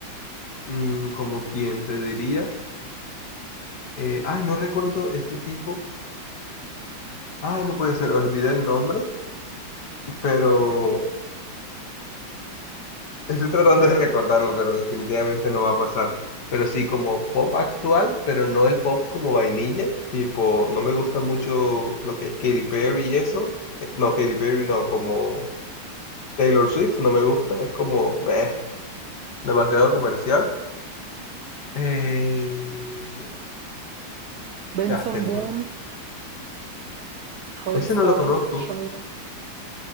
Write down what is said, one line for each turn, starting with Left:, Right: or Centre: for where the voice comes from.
Left: mm, como quien te diría. eh, ay, no recuerdo este tipo. Ay, no puede ser, olvidé el nombre, pero <laughs> estoy tratando de recordarlo, pero definitivamente no va a pasar. Pero sí, como pop actual, pero no el pop como vainilla, tipo, no me gusta mucho lo que es Katy Perry y eso. eh, No, Katy Perry no, como... Taylor Swift no me gusta, es como meh, demasiado comercial. Eh,
Right: Benson
Left: ah, Taylor
Right: Boone,
Left: lo
Right: Harry
Left: Ese
Right: Styles,
Left: no lo conozco.
Right: Shawn Mendes.